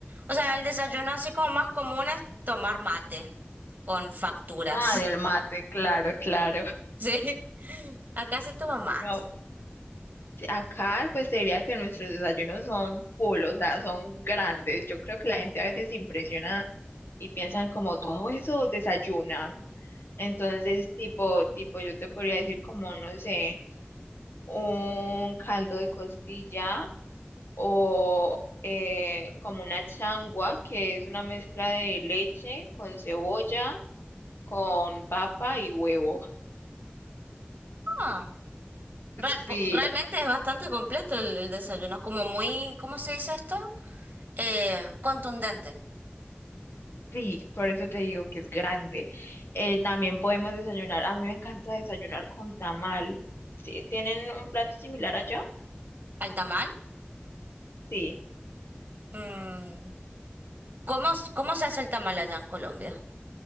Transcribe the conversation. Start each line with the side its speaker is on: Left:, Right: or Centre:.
Right: o sea, el desayuno así como más común es tomar mate con facturas.
Left: Ah, del mate, claro, <laughs> claro.
Right: Sí, <laughs> acá se toma mate.
Left: No, sí, acá pues te diría que nuestros desayunos son full, o sea, son grandes. Yo creo que la gente a veces se impresiona y piensan como todo eso desayunan. Entonces, tipo, tipo, yo te podría decir como, no sé, un caldo de costilla o eh, como una changua, que es una mezcla de leche con cebolla con papa y huevo.
Right: Ah, real-
Left: Sí,
Right: po- realmente es bastante completo el, el desayuno. Es como muy, ¿cómo se dice esto? Eh, contundente.
Left: sí, por eso te digo que es grande. Eh, también podemos desayunar. A mí me encanta desayunar con tamal. Sí, ¿tienen un plato similar allá?
Right: ¿Al tamal?
Left: Sí.
Right: Mm, ¿Cómo, s- cómo se hace el tamal allá en Colombia?